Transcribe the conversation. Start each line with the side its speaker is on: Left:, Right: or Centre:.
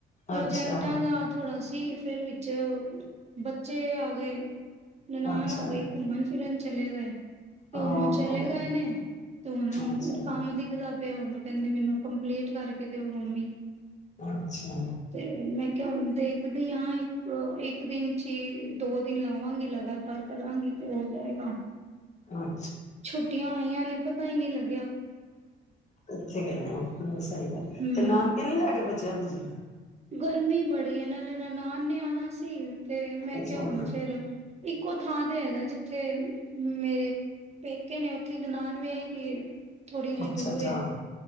Right: ਪ੍ਰੋਜੈਕਟਾਂ
Left: ਅੱਛਾ
Right: ਦਾ ਥੋੜਾ ਸੀ। ਫਿਰ ਵੀ ਚ ਬੱਚੇ ਆ ਗਏ ਨਨਾਣ
Left: ਅੱਛਾ
Right: ਆ ਗਏ ਘੁੰਮਣ ਫਿਰਨ ਚਲੇ ਗਏ ਤੇ
Left: ਹਾਂ
Right: ਹੁਣ ਚਲੇ ਗਏ ਨੇ ਤੇ ਉਹਨੂੰ
Left: ਅੱਛਾ
Right: ਹੁਣ ਕੰਮ ਦਿੱਖਦਾ ਪਿਆ ਹੁਣ ਕਹਿੰਦੀ ਮੈਨੂੰ ਕੰਪਲੀਟ ਕਰਕੇ ਦਿਓ ਮੰਮੀ
Left: ਅੱਛਾ
Right: ਤੇ ਮੈਂ ਕਿਹਾ ਦੇਖਦੀ ਹਾਂ ਇੱਕ ਇੱਕ ਦਿਨ ਜੀ ਦੋ ਦਿਨ ਲਾਵਾਂਗੇ ਲਗਾਤਾਰ ਕਰਾਂਗੀ ਤੇ ਹੋ ਜਾਏਗਾ
Left: ਹਾਂ
Right: ਛੁੱਟੀਆਂ ਆਈਆਂ ਨੇ ਪਤਾ ਹੀ ਨਹੀਂ ਲੱਗਦਾ
Left: ਉੱਥੇ ਕਹਿੰਦੇ
Right: ਹਮ
Left: ਤੇ ਨਾਨਕੇ ਨੀ ਲੈਗੇ ਬੱਚੇ ਆਂ ਨੂੰ ਤੁਸੀਂ
Right: ਗਰਮੀ ਬੜੀ ਨਾਲੇ ਨਾਨ ਨਿਆਣਾ ਸੀ ਤੇ ਮੈਂ
Left: ਅੱਛਾ
Right: ਕਿਹਾ ਹੁਣ ਫੇਰ ਇੱਕੋ ਥਾਂ ਤੇ ਹੈਗਾ ਜ ਉਥੇ ਮੇਰੇ ਪੇਕੇ ਨੇ ਉੱਥੇ ਨਨਾਣ ਵਿਆਹੀ ਥੋੜੀ ਜਿਹੀ
Left: ਅੱਛਾ
Right: ਦੂਰ
Left: ਅੱਛਾ